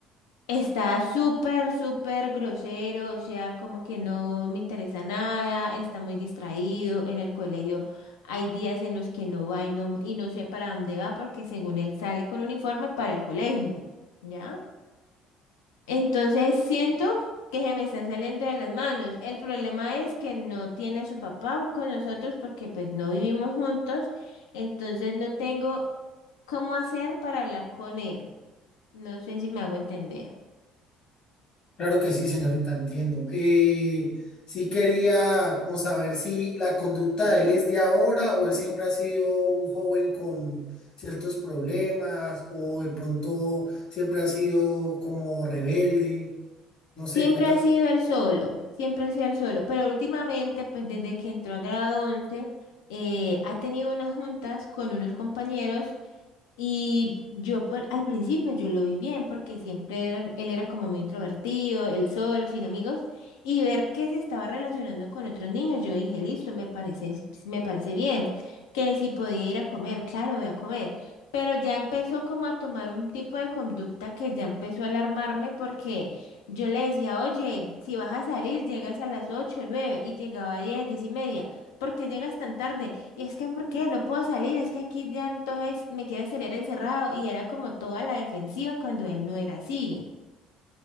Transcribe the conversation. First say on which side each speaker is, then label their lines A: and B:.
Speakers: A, on the left; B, on the left.
A: Está súper, súper grosero, o sea, como que no me interesa nada, está muy distraído en el colegio. Hay días en los que no va y no, y no sé para dónde va porque según él sale con uniforme para el colegio, ¿ya? Entonces siento que se me está saliendo de las manos. El problema es que no tiene a su papá con nosotros porque pues no vivimos juntos, entonces no tengo cómo hacer para hablar con él. No sé si me hago entender.
B: Claro que sí, señorita, entiendo. Eh, sí quería como saber si la conducta de él es de ahora o él siempre ha sido un joven con ciertos problemas o de pronto siempre ha sido como rebelde. No sé,
A: Siempre
B: cuenta,
A: ha sido el solo, siempre ha sido el solo, pero últimamente, pues desde que entró a grado 11, eh, ha tenido unas juntas con unos compañeros y yo por- al principio yo lo vi bien porque siempre era- él era como muy introvertido, él solo, sin amigos, y ver que se estaba relacionando con otros niños, yo dije, listo, me parece, me parece bien, que si podía ir a comer, claro, voy a comer, pero ya empezó como a tomar un tipo de conducta que ya empezó a alarmarme porque yo le decía, oye, si vas a salir, llegas a las 8 9 y llegaba a 10 10 y media, ¿por qué llegas tan tarde? Y es que, ¿por qué? No puedo salir, es que aquí ya entonces me quieres tener encerrado y era como toda la defensiva cuando él no era así.